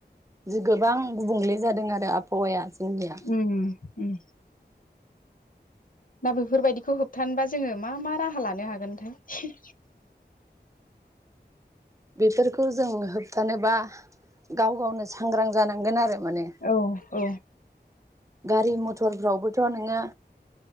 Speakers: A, on the right (about 15°); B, on the left (about 50°).
A: जि गोबां गुबुंले जादों आरो आबहावाया। जोंनिया
B: उम उम। दा बेफोरबायदिखौ होबथानोबा जोङो मा मा राहा लानो हागोनथाय?
A: बेफोरखौ जों <unintelligible> थानोबा गाव गावनो सांग्रां जानांगोन आरो माने
B: औ औ
A: गारि मथरफ्रावबोथ' नोङो